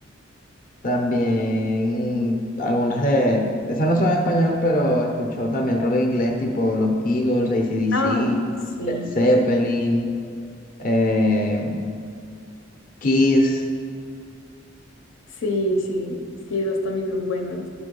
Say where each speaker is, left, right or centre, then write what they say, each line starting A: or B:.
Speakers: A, on the left (about 45°); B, on the left (about 80°).
A: También algunas de, esas no son en español, pero escucho también rock en inglés, tipo los Eagles, AC/DC,
B: Ah, sí,
A: Led Zeppelin, eh, Kiss.
B: sí, sí, sí, esas también son buenas.